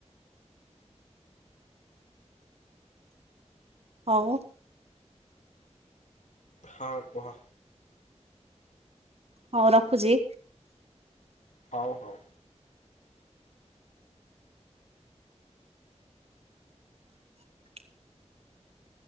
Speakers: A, on the right (about 60°); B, on the left (about 80°).
A: ହଉ।
B: ହଁ କୁହ।
A: ହଉ ରଖୁଛି।
B: ହଉ ହଉ।
A: <inaudible>